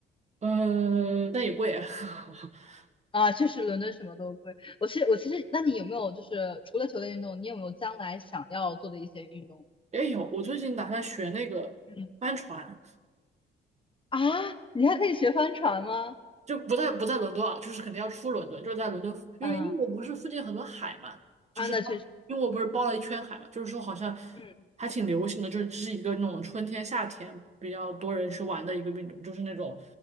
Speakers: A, on the right; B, on the left.
A: 呃，但也贵啊。<laughs>
B: 啊，确实伦敦什么都贵。我其实我其实，那你有没有就是除了球类运动，你有没有将来想要做的一些运动？
A: 也有，我最近打算学那个帆船，
B: 嗯，啊，你还可以学帆船吗？
A: 就不在不在伦敦啊，就是肯定要出伦敦，就是在伦敦，因为英国不是附近很多海嘛，
B: 嗯
A: 就是它英国不是包了一圈海嘛，
B: 啊，那确实，
A: 就是说好像
B: 嗯，
A: 还挺流行的，就是这是一个那种春天夏天比较多人去玩的一个运动，就是那种